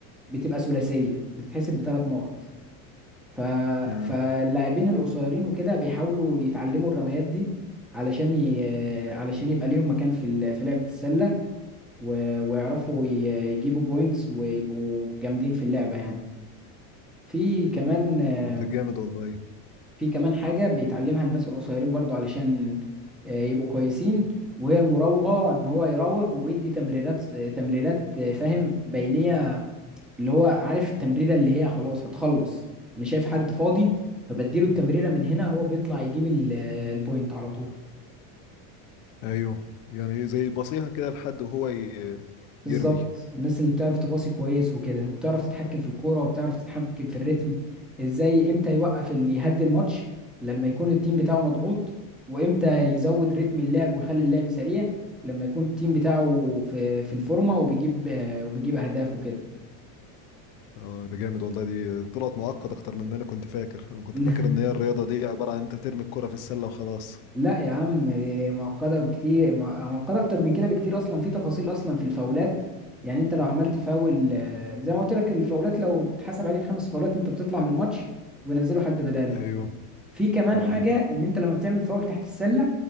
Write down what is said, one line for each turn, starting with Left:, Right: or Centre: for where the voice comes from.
Centre: بتبقى ثلاثية بتتحسب بثلاث نقط ف
Left: امم
Centre: فاللاعبين القصيرين وكده بيحاولوا يتعلموا الرميات دي علشان ي... علشان يبقى ليهم مكان في ال... في لعبة السلة و- ويعرفوا ي- يجيبوا بوينتس ويبقوا جامدين في اللعبة يعني في كمان آم،
Left: طب ده جامد والله
Centre: في كمان حاجة بيتعلمها الناس القصيرين برضو علشان آه، يبقوا كويسين وهي المراوغة ان هو يراوغ ويدي تمريرات تمريرات آه، فاهم بينية اللي هو عارف التمريرة اللي هي خلاص هتخلص انا شايف حد فاضي فبديله التمريرة من هنا هو بيطلع يجيب ال- آه، البوينت على طول
Left: ايوه يعني زي بصيها كده لحد وهو ي-
Centre: بالظبط
Left: يرمي
Centre: الناس اللي بتعرف تباصي كويس وكده وبتعرف تتحكم في الكوره وبتعرف تتحكم في الريتم ازاي امتى يوقف اللي يهدي الماتش لما يكون التيم بتاعه مضغوط وامتى يزود رتم اللعب ويخلي اللعب سريع لما يكون التيم بتاعه في في الفورمه وبيجيب وبيجيب اهداف وكده
Left: اه ده جامد والله دي طلعت معقد اكتر من ما انا كنت فاكر انا كنت
Centre: <laughs>
Left: فاكر ان هي الرياضه دي عباره عن انت ترمي الكره في السله وخلاص
Centre: لا يا عم دي معقده بكتير مع- معقده اكتر من كده بكتير اصلا في تفاصيل اصلا في الفاولات يعني انت لو عملت فاول آه، زي ما قلت لك الفاولات لو اتحسب عليك خمس فاولات انت بتطلع من الماتش وينزلوا حد بدالك
Left: ايوه
Centre: في كمان
Left: اه
Centre: حاجة ان انت لما بتعمل فاول تحت السلة